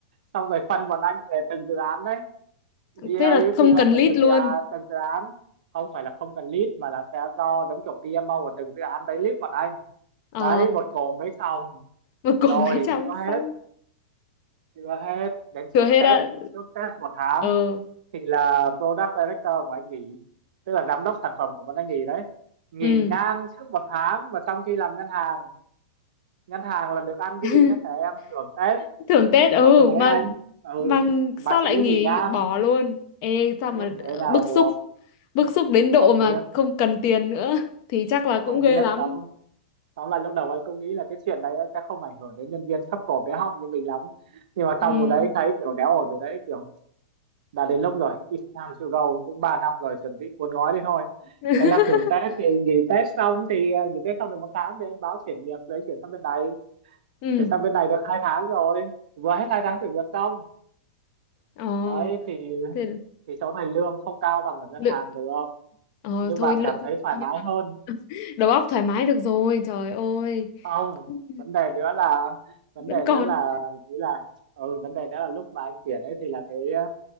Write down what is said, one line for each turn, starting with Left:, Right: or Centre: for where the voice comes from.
Right: xong rồi phân bọn anh về từng dự án đấy BA
Left: thế là không
Right: PO
Left: cần
Right: về
Left: lít
Right: từng
Left: luôn
Right: dự án, từng dự án không phải là không cần lead mà là sẽ do giống kiểu PMO của từng dự án đấy lead bọn anh
Left: ờ
Right: đấy một cổ mấy phòng
Left: một
Right: rồi
Left: cổ mấy trăm
Right: chưa hết
Left: xong
Right: chưa hết đến
Left: thừa
Right: trước
Left: hết
Right: Tết
Left: á
Right: trước Tết một tháng
Left: ờ
Right: thì là product director của anh nghỉ tức là giám đốc sản phẩm của bọn anh nghỉ đấy nghỉ
Left: ừ
Right: ngang trước một tháng mà trong khi làm ngân hàng ngân hàng là được ăn cái
Left: <laughs>
Right: gì nhá thẻ em thưởng Tết
Left: thưởng Tết ừ
Right: kiểu lúc đấy
Left: mà
Right: anh ừ
Left: mà
Right: mà
Left: sao lại
Right: chị ấy
Left: nghỉ
Right: nghỉ ngang
Left: bỏ luôn ê sao
Right: biết
Left: mà
Right: thế nào
Left: bức
Right: được
Left: xúc bức xúc đến
Right: không
Left: độ mà
Right: biết
Left: không cần tiền nữa thì chắc là cũng
Right: không
Left: ghê
Right: biết
Left: lắm
Right: tóm tóm lại lúc đầu anh cũng nghĩ là cái chuyện đấy sẽ không ảnh hưởng đến nhân viên thấp cổ bé họng như mình lắm nhưng mà
Left: ừ
Right: xong rồi đấy anh thấy kiểu đéo ổn rồi đấy kiểu đã đến lúc rồi it's time to go cũng 3 năm rồi chuẩn bị cuốn gói đi thôi
Left: <laughs>
Right: thế là thưởng Tết thì nghỉ Tết xong thì à, nghỉ Tết xong được một tháng thì anh báo chuyển việc đấy chuyển sang bên này
Left: ừ
Right: chuyển sang bên này được hai tháng rồi vừa hết hai tháng chuyển việc xong
Left: ờ
Right: đấy thì
Left: thế
Right: thì chỗ này lương không cao bằng ở ngân
Left: lượng,
Right: hàng được
Left: ờ
Right: nhưng
Left: thôi
Right: mà
Left: lương
Right: cảm
Left: không
Right: thấy thoải
Left: cao nhưng
Right: mái
Left: mà
Right: hơn
Left: đầu óc thoải mái được rồi trời ơi
Right: không
Left: Cũng-
Right: vấn đề nữa là vấn
Left: vẫn
Right: đề
Left: còn
Right: nữa là nghĩ là ừ vấn đề nữa là lúc mà anh chuyển ấy thì là cái ờ,